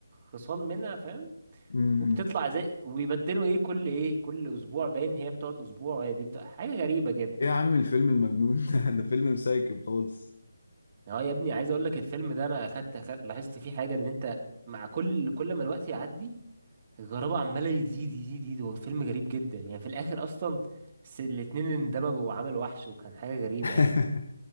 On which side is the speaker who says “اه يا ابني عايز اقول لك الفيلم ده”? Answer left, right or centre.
Right